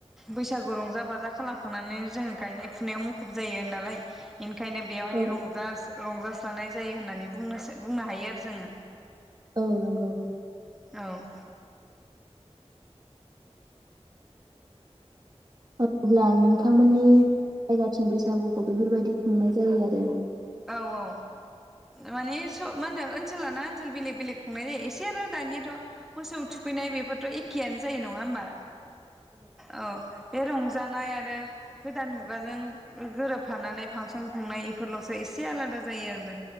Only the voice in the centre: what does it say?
बैसागु रंजा बाजा खालामखांनानै जों गायनाय फुनायाव मुखुब जायो नालाय बेनिखायनो बेयावहाय
रंजा रंजास्रानाय जायो होननानै बुंनोसो बुंनो हायो आरो जोङो।
औ
औ औ माने सब मा होनो ओनसोल लाना ओनसोल बेलेग बेलेग खुंनाय जायो एसे आरो दानियाथ मोसौ थुखैनाय बेफोरथ एखेयानो जायो नङा होमबा? औ बे रंजानाय आरो गोदान मुगाजों गोरोबफानानै फांसन खुंनाय इफोरलस इसे आलादा जायो आरो